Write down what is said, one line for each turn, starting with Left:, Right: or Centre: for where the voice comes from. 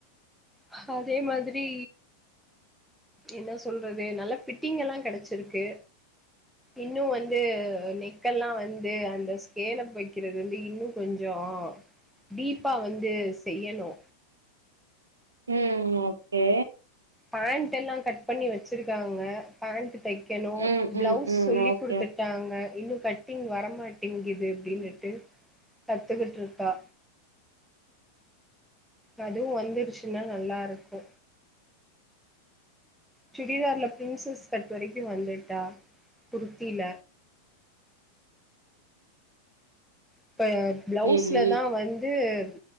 Centre: ஆ அதே மாதிரி என்ன சொல்றது நல்ல பிட்டிங் எல்லா கெடச்சிருக்கு இன்னு வந்து நெக்கெல்லா வந்து அந்த ஸ்கேல வெக்கறது வந்து இன்னு கொஞ்சோ டீப்பா வந்து செய்யணு
Right: உம் ஓகே
Centre: பேண்ட் எல்லா கட் பண்ணி வெச்சிருக்காங்க பேண்ட் தெக்கணு
Right: ம்
Centre: பிளவுஸ்
Right: ம் ம்
Centre: சொல்லிகுடுத்துட்டாங்க
Right: ஓகே
Centre: இன்னு கட் ட்டிங் வரமாட்டிங்குது அப்பிடினிட்டு கத்துக்கிட்டு இருக்கா அதுவு வந்துருச்சுன்னா நல்லா இருக்கு சுடிதார்ல பிரின்சஸ் கட் வரைக்கு வந்துட்டா குர்த்தில இப்போ ப்ளவுஸ்ல
Right: சேரி
Centre: தா வந்து எப்